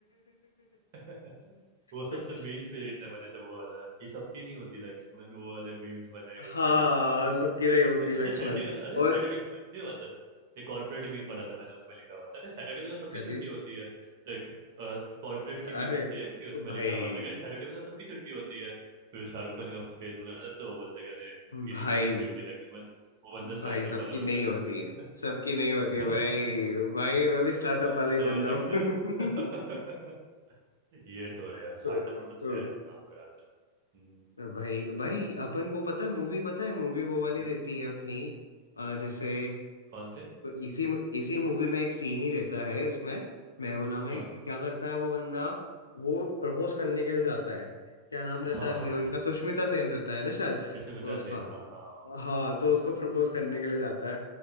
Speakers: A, on the right (about 50°); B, on the left (about 75°).
A: <laughs> वो सबसे
B: <laughs>
A: मीम्स फिर कितने बने थे वो वाला कि सबकी नहीं होती लक्ष्मण वो वाले मीम्स बने कितने
B: हाँ सबकी रही होती
A: <laughs> अरे
B: लक्ष्मण
A: संडे का अरे
B: और
A: सैटरडे नहीं हुआ था एक कॉर्पोरेट मीम पढ़ा था मैंने उसमें लिखा हुआ था अरे सैटरडे को तो सबकी
B: क्या
A: छुट्टी
B: चीज
A: होती है तो एक कॉर्पोरेट की
B: अरे
A: मीम्स थी है कि उसमें
B: भाई
A: लिखा हुआ था कि अरे सैटरडे को तो सबकी छुट्टी होती है फिर शाहरुख खान का फेस बना था तो वो बोलते कि अरे सबकी
B: भाई
A: नहीं हो छुट्टी होती लक्ष्मण वो बंदा
B: भाई
A: स्टार्टअप
B: सबकी
A: वाला बंदा
B: नहीं होती
A: रहता
B: है सबकी नहीं होती है
A: है
B: भाई भाई मैं भी स्टार्टअप
A: <laughs>
B: वाला ही
A: समझ
B: बंदा
A: सकता
B: हूँ
A: हूँ
B: <laughs>
A: <laughs> ये तो है यार स्टार्टअप
B: हाँ,
A: में मतलब छह
B: हाँ।
A: दिन काम कराता है हम्म
B: भाई भाई अपन वो पता है मूवी पता है मूवी वो वाली
A: हम्म,
B: रहती है अपनी अ, जैसे
A: कौन से
B: इसी इसी मूवी में एक सीन ही रहता है इसमें मैं हूं ना मैं
A: हाँ
B: क्या करता है वो बंदा वो प्रपोज करने के लिए जाता है क्या नाम रहता
A: हाँ
B: है हीरोइन का सुष्मिता सेन रहता है ना शायद
A: इसमें मिता
B: उसका
A: सेन हाँ हाँ
B: हाँ तो उसको प्रपोज करने के लिए जाता है